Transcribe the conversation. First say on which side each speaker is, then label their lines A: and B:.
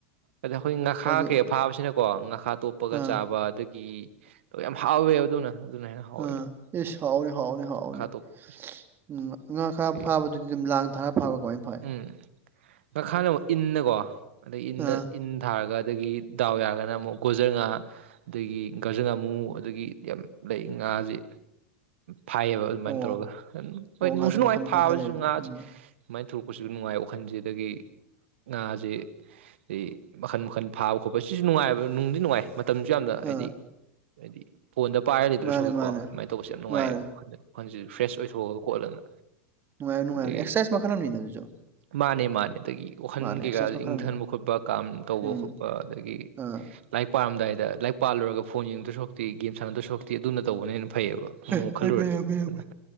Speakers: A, on the right; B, on the right.
A: ꯑꯗ ꯑꯩꯈꯣꯏ ꯉꯥꯈꯥ
B: ꯍꯧꯖꯤꯛ
A: ꯀꯩ ꯐꯥꯕꯁꯤꯅꯀꯣ ꯉꯥꯈꯥ ꯇꯣꯞꯄꯒ
B: ꯑꯥ
A: ꯆꯥꯕ ꯑꯗꯒꯤ ꯌꯥꯝ ꯍꯥꯎꯋꯦꯕ ꯑꯗꯨꯅ ꯑꯗꯨꯅ ꯍꯦꯟꯅ ꯍꯥꯎꯋꯦ
B: ꯑ ꯏꯁ ꯍꯥꯎꯅꯤ ꯍꯥꯎꯅꯤ ꯍꯥꯎꯅꯤ
A: ꯉꯥꯈꯥ ꯇꯣꯞꯄꯁꯦ
B: ꯎꯝ ꯉꯥꯈꯥ
A: ꯑꯗꯒꯤ
B: ꯐꯥꯕ ꯑꯗꯨꯗꯤ ꯑꯗꯨꯝ ꯂꯥꯡ ꯊꯔꯥ ꯐꯕ꯭ꯔꯥ ꯀꯃꯥꯏꯅ ꯐꯥꯏ
A: ꯎꯝ ꯃꯈꯥꯅ ꯑꯃꯨꯛ ꯏꯟꯅꯀꯣ ꯑꯗꯩ ꯏꯟꯅ
B: ꯑꯥ
A: ꯏꯟ ꯊꯥꯔꯒ ꯑꯗꯒꯤ ꯗꯥꯎ ꯌꯥꯔꯒꯅ ꯑꯃꯨꯛ ꯒꯣꯖꯔ ꯉꯥ ꯑꯗꯒꯤ ꯒꯥꯖꯔ ꯉꯥꯃꯨ ꯑꯗꯨꯗꯒꯤ ꯌꯥꯝ ꯂꯩ ꯉꯥꯁꯦ ꯐꯥꯏꯌꯦꯕ ꯑꯗꯨꯃꯥꯏꯅ
B: ꯑꯣ
A: ꯇꯧꯔꯒ ꯍꯣꯏ
B: ꯑꯣ ꯉꯥꯁꯨ
A: ꯅꯨꯡꯁꯨ ꯅꯨꯡꯉꯥꯏ
B: ꯃꯈꯜ ꯃꯈꯜ
A: ꯐꯥꯕꯁꯤꯁꯨ
B: ꯈꯔ ꯂꯩꯕ
A: ꯉꯥꯁꯤ
B: ꯎꯝ
A: ꯑꯗꯨꯃꯥꯏꯅ ꯊꯨꯔ ꯀꯁꯨ ꯅꯨꯡꯉꯥꯏ ꯋꯥꯈꯟꯁꯦ ꯑꯗꯒꯤ ꯉꯥꯁꯦ ꯑꯗꯩ ꯃꯈꯟ ꯃꯈꯜ ꯐꯥꯕ ꯈꯣꯠꯄ ꯁꯤꯁꯨ ꯅꯨꯡꯉꯥꯏꯕ ꯅꯨꯡꯗꯤ ꯅꯨꯡꯉꯥꯏ ꯃꯇꯝꯁꯨ ꯌꯥꯝꯅ ꯍꯥꯏꯗꯤ
B: ꯑꯥ
A: ꯍꯥꯏꯗꯤ ꯐꯣꯟꯗ ꯄꯥꯏꯔ ꯂꯩꯗ꯭ꯔꯁꯨꯛꯀꯣ
B: ꯃꯥꯅꯦ ꯃꯥꯅꯦ
A: ꯑꯗꯨꯃꯥꯏꯅ ꯇꯧꯕꯁꯨ ꯌꯥꯝ ꯅꯨꯡꯉꯥꯏꯌꯦꯕ
B: ꯃꯥꯅꯦ
A: ꯋꯥꯈꯜ ꯋꯥꯈꯟꯁꯤꯁꯨ ꯐ꯭ꯔꯦꯁ ꯑꯣꯏꯊꯣꯛꯑꯒ ꯈꯣꯠꯂꯒ
B: ꯅꯨꯡꯉꯥꯏ ꯅꯨꯡꯥꯏ
A: ꯑꯗꯒꯤ
B: ꯑꯦꯛꯁꯥꯏ ꯃꯈꯜ ꯑꯃꯅꯤꯅ ꯑꯗꯨꯁꯨ
A: ꯃꯥꯅꯦ ꯃꯥꯅꯦ ꯑꯗꯨꯒꯤ ꯋꯥꯈꯟ
B: ꯃꯥꯅꯦ
A: ꯀꯩꯀꯥ
B: ꯑꯦꯛꯁꯔꯁꯥꯏꯁ ꯃꯈꯜ
A: ꯏꯪꯊꯟꯕ
B: ꯑꯃꯅꯤ
A: ꯈꯣꯠꯄ ꯀꯥꯝ ꯇꯧꯕ
B: ꯎꯝ
A: ꯈꯣꯠꯄ ꯑꯗꯒꯤ
B: ꯑꯥ
A: ꯂꯥꯏꯔꯤꯛ ꯄꯥꯔꯝꯗꯥꯏ ꯂꯥꯏꯔꯤꯛ ꯄꯥꯂꯣꯏꯔꯒ ꯐꯣꯟ ꯌꯦꯡꯗꯣꯏ ꯁꯔꯨꯛꯇꯤ ꯒꯦꯝ ꯁꯥꯟꯅꯗꯁꯔꯨꯛꯇꯤ ꯑꯗꯨꯅ ꯇꯧꯕꯅ ꯍꯦꯟꯅ ꯐꯩꯌꯦꯕ ꯑꯃꯨꯛ
B: ꯑꯦ ꯐꯩ
A: ꯈꯜꯂꯨꯔꯗꯤ
B: ꯐꯩ ꯌꯥꯝ ꯐꯩ ꯌꯥꯝ
A: ꯑꯗꯨꯅ
B: ꯐꯩ